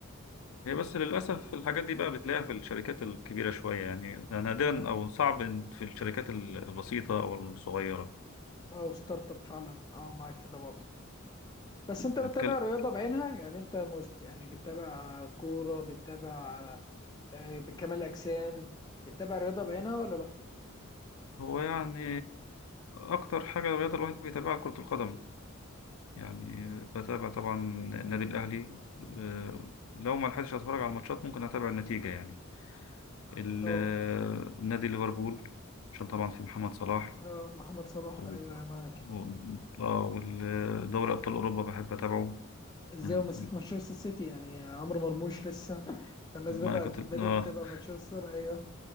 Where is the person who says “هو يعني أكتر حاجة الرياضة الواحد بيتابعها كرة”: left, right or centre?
Left